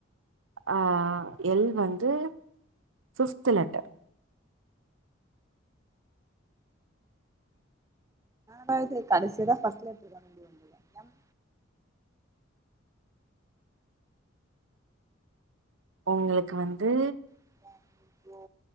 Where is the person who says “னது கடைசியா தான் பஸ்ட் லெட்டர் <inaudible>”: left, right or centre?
Right